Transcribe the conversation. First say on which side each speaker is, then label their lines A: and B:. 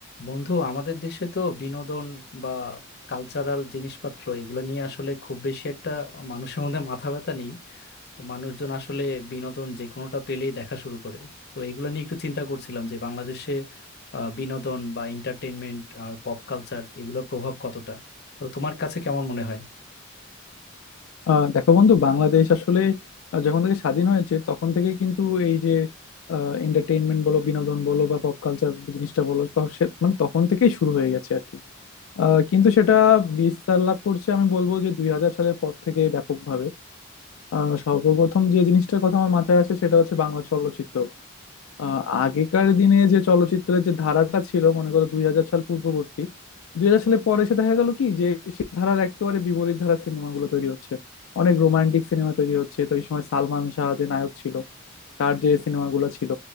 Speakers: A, on the left; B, on the left.
A: বন্ধু আমাদের দেশে তো বিনোদন বা কালচারাল জিনিসপত্র এগুলো নিয়ে আসলে খুব বেশি একটা মানুষের মধ্যে মাথা ব্যথা নেই তো মানুষজন আসলে বিনোদন যে কোনোটা পেলেই দেখা শুরু করে তো এগুলো নিয়ে একটু চিন্তা করছিলাম যে বাংলাদেশে আহ, বিনোদন বা এন্টারটেনমেন্ট আর পপ কালচার এগুলোর প্রভাব কতটা তো তোমার কাছে কেমন মনে হয়
B: আহ দেখো বন্ধু বাংলাদেশ আসলে আহ, যখন থেকে স্বাধীন হয়েছে তখন থেকে কিন্তু এই যে এন্টারটেইনমেন্ট বলো বিনোদন বলো বা পপ কালচার জিনিসটা বলো তো সে- মানে তখন থেকেই শুরু হয়ে গেছে আর কি আহ, কিন্তু সেটা বিস্তার লাভ করছে আমি বলবো যে দুই হাজার সালের পর থেকে ব্যাপকভাবে আহ, সর্বপ্রথম যে জিনিসটার কথা আমার মাথায় আসে সেটা হচ্ছে বাংলা চলচ্চিত্র আহ, আগেকার দিনে যে চলচ্চিত্রের যে ধারাটা ছিল মনে করো দুই হাজার সাল পূর্ববর্তী দুই হাজার সালের পরে এসে দেখা গেল কি যে সেই ধারার একেবারে বিপরীত ধারার সিনেমাগুলো তৈরি হচ্ছে অনেক রোমান্টিক সিনেমা তৈরি হচ্ছে তো এই সময় সালমান শাহ যে নায়ক ছিল তার যে সিনেমাগুলো ছিল